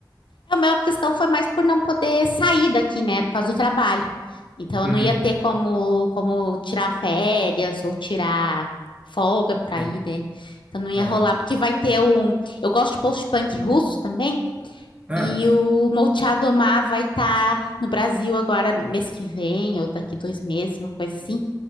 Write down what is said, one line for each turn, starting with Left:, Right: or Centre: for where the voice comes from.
Left: A minha questão foi mais por não poder sair daqui, né, por causa do trabalho. Então,
Right: Uhum,
Left: eu não ia ter como, como tirar férias ou tirar folga para
Right: sim.
Left: ir, né? Então, não ia
Right: Aham.
Left: rolar, porque vai ter o. Eu gosto de post-punk russo também,
Right: Ah,
Left: e o Molchado Omar vai estar no Brasil agora, mês que vem, ou daqui dois meses, uma coisa assim.